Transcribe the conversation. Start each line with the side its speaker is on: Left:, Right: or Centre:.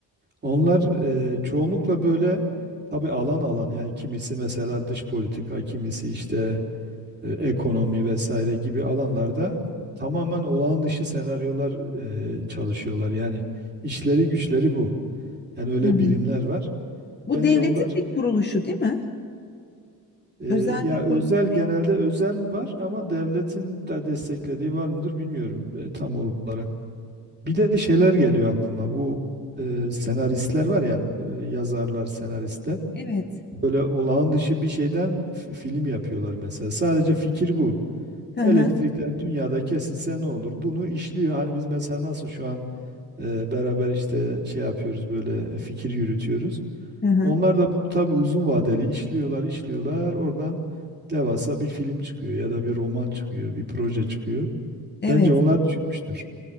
Right: Onlar e, çoğunlukla böyle tabii alan alan yani kimisi mesela dış politika, kimisi işte e, ekonomi vesaire gibi alanlarda tamamen olağan dışı senaryolar e, çalışıyorlar. Yani işleri güçleri bu. Yani öyle
Left: Hı hı.
Right: birimler var.
Left: Bu
Right: Bence
Left: devletin
Right: onlar
Left: bir kuruluşu değil mi?
Right: e,
Left: Özel
Right: ya
Left: bir
Right: özel
Left: kuruluş
Right: genelde
Left: değil.
Right: özel var ama devletin de desteklediği var mıdır bilmiyorum e, tam olarak. Bir de şeyler geliyor aklıma. Bu e, senaristler var ya e, yazarlar, senaristler.
Left: Evet.
Right: Böyle olağan dışı bir şeyden fi- film yapıyorlar mesela. Sadece fikir bu.
Left: Hı
Right: Elektrikler
Left: hı.
Right: dünyada kesilse ne olur? Bunu işliyor. Hani biz mesela nasıl şu an e, beraber işte şey yapıyoruz böyle fikir yürütüyoruz.
Left: Hı hı.
Right: Onlar da bunu tabii uzun vadeli işliyorlar, işliyorlar. Oradan devasa bir film çıkıyor ya da bir roman çıkıyor, bir proje çıkıyor.
Left: Evet.
Right: Bence onlar düşünmüştür.